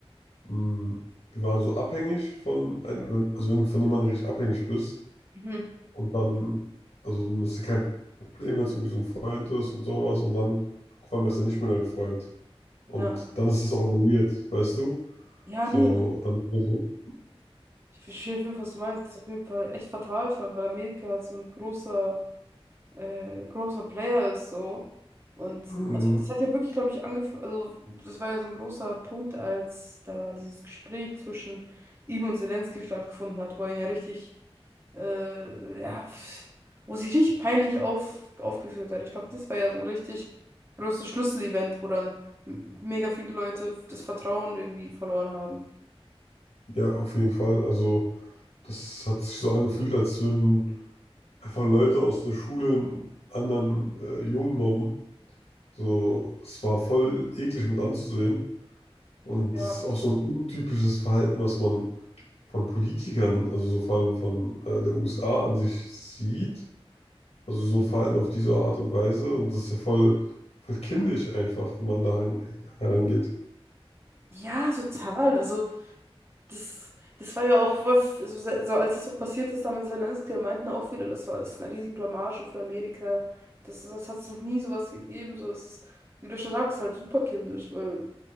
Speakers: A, on the left (about 75°); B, on the right (about 25°).
A: mh, wir waren so abhängig von einem, also wenn du von jemandem richtig abhängig bist,
B: Mhm.
A: und dann, also dann ist ja kein Problem, wenn es irgendwie so ein Freund ist und sowas. Und dann auf einmal ist er nicht mehr dein Freund. Und
B: Ja.
A: dann ist es auf einmal weird, weißt du?
B: Ja,
A: So,
B: nee.
A: dann ist man so,
B: Ich verstehe auf jeden Fall, was du meinst. Das ist auf jeden Fall echt fatal, vor allem, weil Amerika halt so ein großer, äh, großer Player ist, so. Und
A: Mhm.
B: also das hat ja wirklich, glaube ich, angefangen, also das war ja so ein großer Punkt, als da dieses Gespräch zwischen ihm und Zelensky stattgefunden hat, wo er ihn ja richtig, äh, ja, pf- wo sich richtig peinlich auf, aufgeführt hat. Ich glaube, das war ja so ein richtig großes Schlüsselevent, wo dann m- mega viele Leute das Vertrauen irgendwie verloren haben.
A: Ja, auf jeden Fall. Also, das hat sich so angefühlt, als würden einfach Leute aus der Schule einen anderen äh, Jungen mobben. So, es war voll eklig mit anzusehen. Und
B: Ja.
A: das ist auch so ein untypisches Verhalten, was man von Politikern, also so vor allem von äh, der USA an sich sieht. Also so ein Verhalten auf diese Art und Weise. Und das ist ja voll, voll kindisch einfach, wie man da hin- herangeht.
B: Ja, total. Also Das, das war ja auch voll, f- so, se- so als es auch passiert ist, da mit Zelensky, da meinten auch viele, das war, ist eine Riesenblamage für Amerika. Das, ist- das hat es noch nie sowas gegeben. So, es ist, wie du schon sagst, halt super kindisch, weil